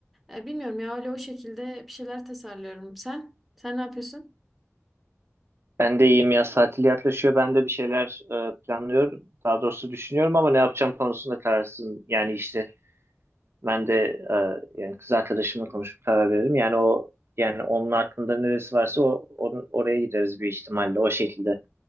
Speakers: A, in the centre; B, on the right.
A: Ee, bilmiyorum ya öyle o şekilde bir şeyler tasarlıyorum. Sen? Sen ne yapıyorsun?
B: Ben de iyiyim yaz tatili yaklaşıyor. Ben de bir şeyler e, planlıyorum. Daha doğrusu düşünüyorum ama ne yapacağım konusunda kararsızım. Yani işte ben de e, yani kız arkadaşımla konuşup karar veririm. Yani o yani onun aklında neresi varsa o, onu- oraya gideriz bir ihtimalle o şekilde.